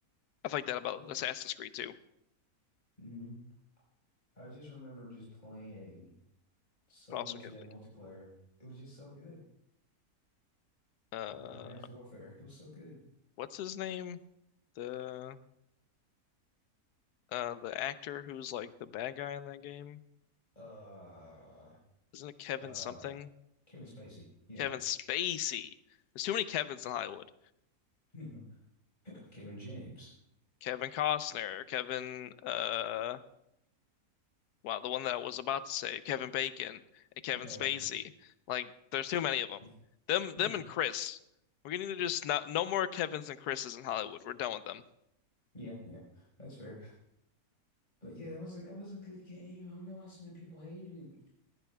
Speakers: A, on the left; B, on the left.
A: I like that about
B: What?
A: Assassin's Creed too,
B: hmm I just remember just playing. so
A: but also
B: much
A: kind
B: of that
A: of think
B: multiplayer. It was just so good.
A: uh
B: Ab- Advanced Warfare. It was so good.
A: what's his name? The uh the actor who's like the bad guy in that game.
B: Uh,
A: Isn't it Kevin
B: uh,
A: something?
B: Kevin Spacey. Yeah.
A: Kevin Spacey. There's too many Kevins in Hollywood.
B: <laughs> Kevin James.
A: Kevin Costner, Kevin, uh, wow, the one that I was about to say, Kevin Bacon and Kevin
B: Yeah,
A: Spacey. Like, there's too many of them.
B: yeah.
A: Them,
B: <laughs>
A: them and Chris. We're gonna need to just not no more Kevins and Chris's in Hollywood. We're done with them.
B: Yeah, yeah. That's fair. But yeah, it was a, that was a good game. I don't know why so many people hated it.